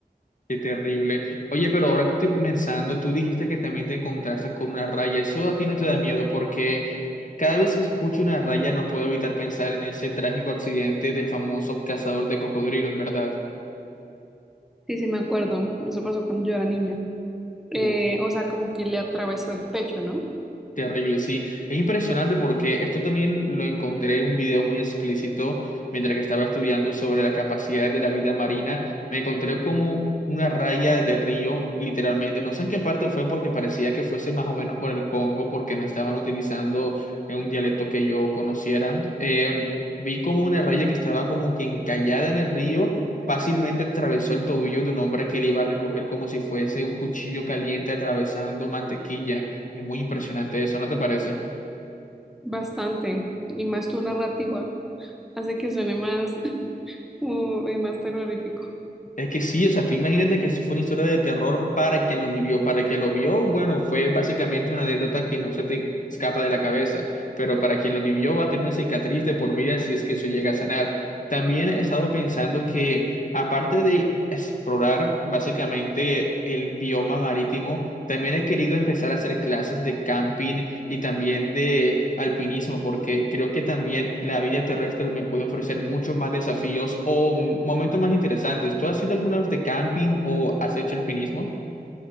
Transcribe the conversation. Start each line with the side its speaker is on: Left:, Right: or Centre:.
Left: Qué terrible. Oye, pero ahora que estoy pensando, tú dijiste que también te encontraste con una raya. Eso a ti no te da miedo porque cada vez que escucho una raya no puedo evitar pensar en ese trágico accidente del famoso cazador de cocodrilos, ¿verdad?
Centre: Sí, sí, me acuerdo. Eso pasó cuando yo era niña. Eh,
Left: Uf.
Centre: o sea, como que le atravesó el pecho, ¿no?
Left: Terrible, sí. Es impresionante porque esto también lo encontré en un video muy explícito mientras que estaba estudiando sobre las capacidades de la vida marina. Me encontré como una raya de río, literalmente. No sé en qué parte fue porque parecía que fuese más o menos por el Congo porque no estaban utilizando eh, un dialecto que yo conociera. Eh, vi como una raya que estaba como que encallada en el río. Fácilmente atravesó el tobillo de un hombre que le iba a recoger como si fuese un cuchillo caliente atravesando mantequilla. Es muy impresionante eso, ¿no te parece?
Centre: Bastante, y más tu narrativa, hace que suene más, <laughs> uh, eh, más terrorífico.
Left: Es que sí, o sea, tú imagínate que eso fue una historia de terror para quien lo vivió, para quien lo vio, bueno, fue básicamente una anécdota que no se te escapa de la cabeza, pero para quien lo vivió va a tener una cicatriz de por vida si es que eso llega a sanar. También he estado pensando que aparte de explorar básicamente el bioma marítimo, También he querido empezar a hacer clases de camping y también de alpinismo, porque creo que también la vida terrestre me puede ofrecer muchos más desafíos o mm, momentos más interesantes. ¿Tú has ido alguna vez de camping o has hecho alpinismo? <laughs>